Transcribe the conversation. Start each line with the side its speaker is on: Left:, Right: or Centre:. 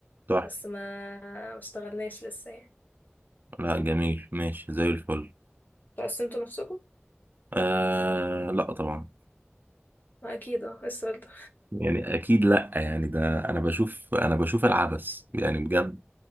Right: تحفه
Left: بس ما ما اشتغلناش لسه يعني
Right: لا جميل ماشي زي الفل
Left: انتوا قسمتوا نفسكم؟
Right: آه لا طبعا
Left: ما اكيد اه إيه السؤال ده
Right: يعني اكيد لا يعني ده انا بشوف انا بشوف العبث يعني بجد